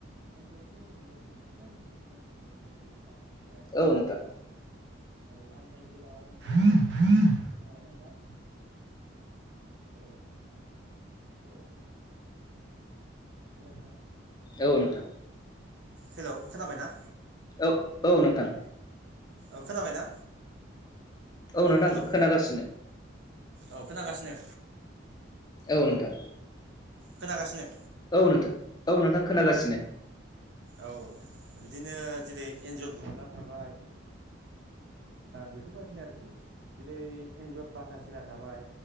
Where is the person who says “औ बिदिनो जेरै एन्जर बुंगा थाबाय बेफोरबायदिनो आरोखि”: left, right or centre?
Right